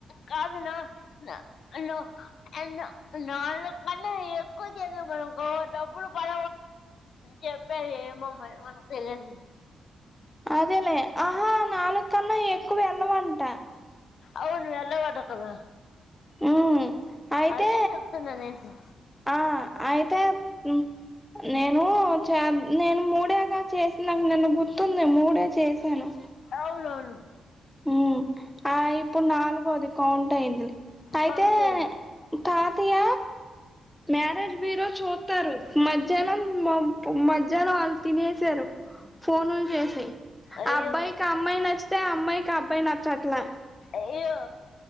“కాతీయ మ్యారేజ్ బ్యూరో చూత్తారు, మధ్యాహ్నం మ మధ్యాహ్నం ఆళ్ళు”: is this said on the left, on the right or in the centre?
Centre